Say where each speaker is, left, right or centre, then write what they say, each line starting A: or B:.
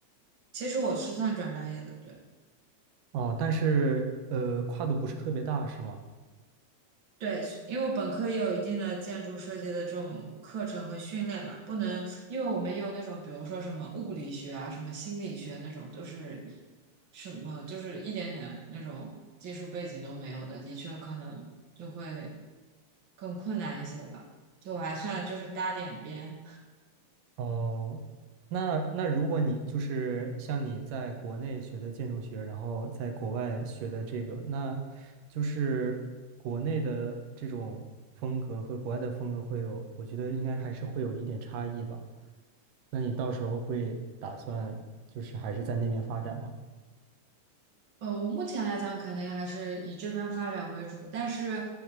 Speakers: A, on the right (about 45°); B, on the right (about 90°).
A: 其实我是算转专业的，对。
B: 哦，但是呃，跨度不是特别大，是吗？
A: 对，因为我本科也有一定的建筑设计的这种课程和训练嘛，不能，因为我们有那种，比如说什么物理学啊、什么心理学那种，就是什么就是一点点那种技术背景都没有的，的确可能就会更困难一些吧。就我还算就是搭点边。
B: 哦，那那如果你就是像你在国内学的建筑学，然后在国外学的这个，那就是国内的这种风格和国外的风格会有，我觉得应该还是会有一点差异吧。那你到时候会打算就是还是在那边发展吗？
A: 呃，我目前来讲，肯定还是以这边发展为主。但是，